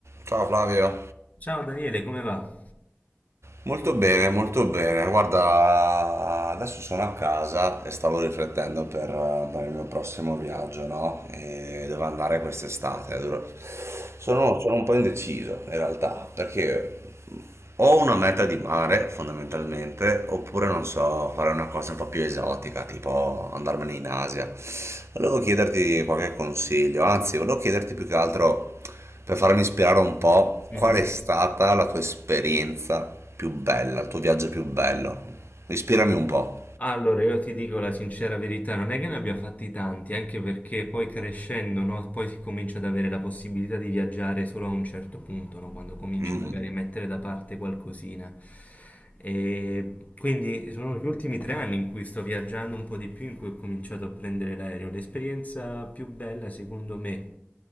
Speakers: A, on the right; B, on the left.
A: Ciao Flavio.
B: Ciao Daniele, come va?
A: Molto bene, molto bene. Guarda, adesso sono a casa e stavo riflettendo per andare al mio prossimo viaggio, no? E dove andare quest'estate. Dove- Sono, sono un po' indeciso in realtà, perché ho una meta di mare fondamentalmente, oppure non so, fare una cosa un po' più esotica, tipo andarmene in Asia. Volevo chiederti qualche consiglio, anzi, volevo chiederti più che altro per farmi ispirare un po',
B: Mhm.
A: qual è stata la tua esperienza più bella, il tuo viaggio più bello? Ispirami un po'.
B: Allora, io ti dico la sincera verità, non è che ne abbia fatti tanti, anche perché poi crescendo, no, poi si comincia ad avere la possibilità di viaggiare solo a un certo punto, no, quando cominci
A: Mm,
B: magari a mettere da parte qualcosina. E quindi sono gli ultimi tre anni in cui sto viaggiando un po' di più, in cui ho cominciato a prendere l'aereo. L'esperienza più bella, secondo me,